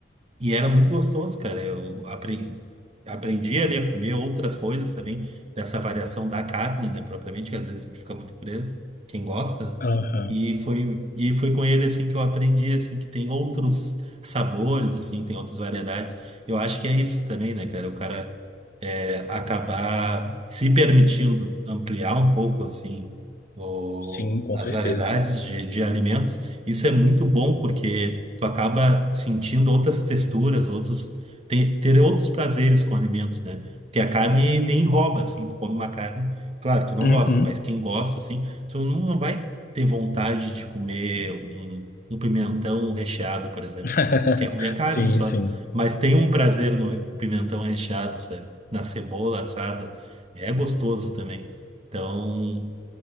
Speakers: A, on the right (about 35°); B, on the left (about 50°).
A: E era muito gostoso, cara. Eu apre- aprendi ali a comer outras coisas também, dessa variação da carne, né, propriamente, que às vezes a gente fica muito preso, quem gosta, né?
B: Aham,
A: E foi, e foi com ele, assim, que eu aprendi, assim, que tem outros sabores, assim, tem outras variedades. Eu acho que é isso também, né, cara? O cara é, acabar se permitindo ampliar um pouco, assim, o-
B: sim, com
A: as
B: certeza.
A: variedades de, de alimentos. Isso é muito bom, porque tu acaba sentindo outras texturas, outros ter, ter outros prazeres com o alimento, né? Porque a carne vem e rouba, assim, tu come uma carne, claro, tu não
B: Uhum.
A: gosta, mas quem gosta, assim, tu não não vai ter vontade de comer um, um pimentão recheado, por exemplo.
B: <laughs>
A: Tu quer comer a carne
B: Sim,
A: só,
B: sim.
A: mas tem um prazer no pimentão recheado, sabe? Na cebola assada, é gostoso também. Então,